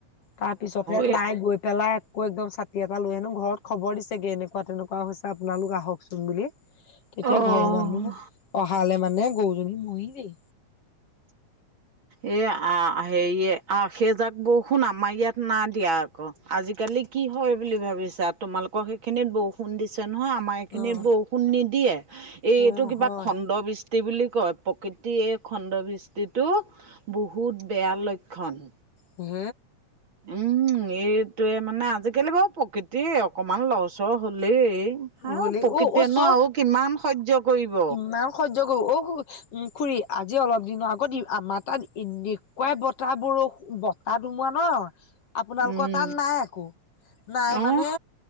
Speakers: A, on the left (about 55°); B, on the right (about 40°).
A: তাৰ পিছতে
B: এ
A: তাই গৈ পেলাই- কৈ একদম চাতি এটা লৈ আনো, ঘৰত খবৰ দিছেগে এনেকুৱা তেনেকুৱা হৈছে আপোনালোক আহকচোন বুলি। তেতিয়া
B: অ'।
A: ঘৰৰ মানুহ অহালে মানে গৰুজনী মৰিলেই।
B: এ' আঁহ হেৰিয়ে আঁহ সেইজাক বৰষুণ আমাৰ ইয়াত নাই দিয়া। আজিকালি কি হয় বুলি ভাবিছা তোমালোকৰ সেইখিনিত বহু- বৰষুণ দিছে নহয়, আমাৰ এইখিনিত
A: অ
B: বৰষুণ নিদিয়ে। এইটো
A: অ
B: কিবা
A: হয়
B: খণ্ড খণ্ডবৃষ্টি- বুলি কয়, প্ৰকৃতিয়ে খণ্ডবৃষ্টিটো বহুত বেয়া লক্ষণ।
A: হুম।
B: উমঁ। উম' এইটোয়ে মানে, আজিকালি বাৰু প্ৰকৃতিয়ে অকণমান লৰচৰ হ'লেই। আৰু
A: হলে
B: প্ৰকৃতিয়ে
A: অ অ চোৱা
B: নো আৰু কিমান সহ্য কৰিব।
A: কিমান সহ্য কৰিব। উম' খুুৰী, আজি অলপ দিনৰ আগত আমাৰ তা'ত এনেকুৱাই বতাহ, বৰষুণ তা'ত সোমোৱা ন' আপোনালোকৰ
B: উম
A: তা'ত নাই আকৌ। নাই
B: অ
A: মানে